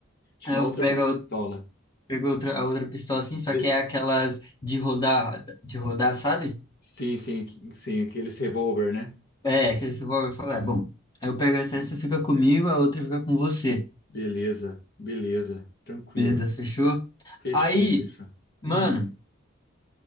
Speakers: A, on the left; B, on the left.
A: Tinha
B: Aí
A: uma
B: eu
A: outra
B: pego
A: pistola.
B: a, ou- pego a outra, a outra pistola assim, só
A: E-
B: que é aquelas de rodar, de rodar, sabe?
A: Sim, sim, sim, aqueles revólver, né?
B: É, aquele revólver, eu falo, é bom. Aí eu pego essa, essa fica comigo, a outra fica com você.
A: Beleza, beleza, tranquilo.
B: Beleza, fechou?
A: Fechou,
B: Aí,
A: fechou.
B: mano,
A: Hum.